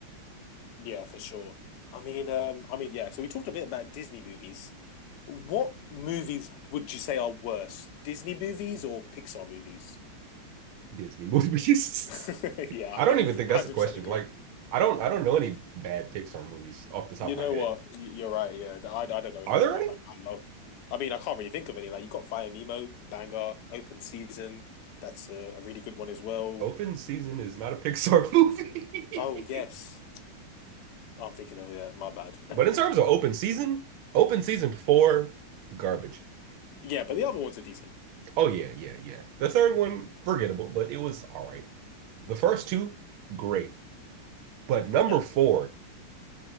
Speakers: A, on the left; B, on the right.
A: Yeah, for sure. I mean, um, I mean, yeah. So we talked a bit about Disney movies. What movies would you say are worse, Disney movies or Pixar movies?
B: Disney movies.
A: <laughs>
B: <laughs>
A: Yeah, I
B: I don't even think that's
A: hundred
B: a question.
A: percent agree.
B: Like I don't I don't know any bad Pixar movies off the top
A: You
B: of my
A: know
B: head.
A: what? You- You're right. Yeah, I, I don't know any
B: Are there
A: either.
B: any?
A: Like I love. I mean, I can't really think of any. Like you got Fire Nemo, Banger, Open Season. That's a, a really good one as well.
B: Open Season is not a Pixar movie.
A: Oh yes,
B: <laughs>
A: Oh, I'm thinking of it. My bad. <laughs>
B: But in terms of Open Season, Open Season 4 garbage.
A: Yeah, but the other ones are decent.
B: Oh yeah, yeah, yeah. The third one forgettable, but it was all right. The first two, great. But number
A: Yeah,
B: four,